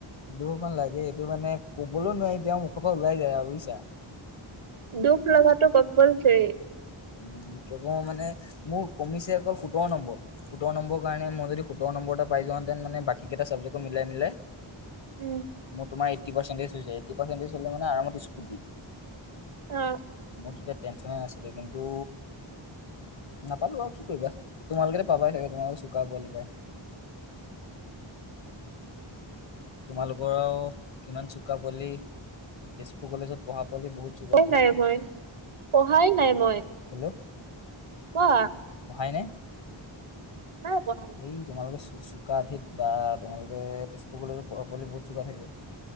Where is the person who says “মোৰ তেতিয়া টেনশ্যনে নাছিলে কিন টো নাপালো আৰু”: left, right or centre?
Left